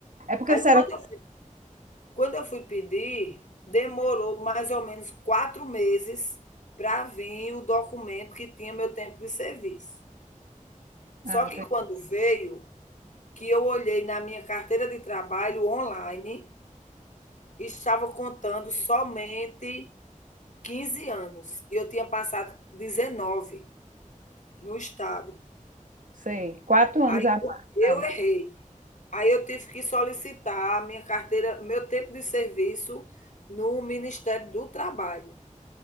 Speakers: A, on the right (about 70°); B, on the left (about 65°).
A: É porque
B: Aí
A: você
B: quando
A: era.
B: eu Quando eu fui pedir, demorou mais ou menos quatro meses para vir o documento que tinha meu tempo de serviço. Só
A: Ah,
B: que
A: tô-
B: quando veio, que eu olhei na minha carteira de trabalho online, estava contando somente 15 anos e eu tinha passado 19 no estado.
A: sei, quatro anos
B: Aí
A: a mais.
B: eu
A: a mais.
B: errei. Aí eu tive que solicitar a minha carteira, meu tempo de serviço no Ministério do Trabalho.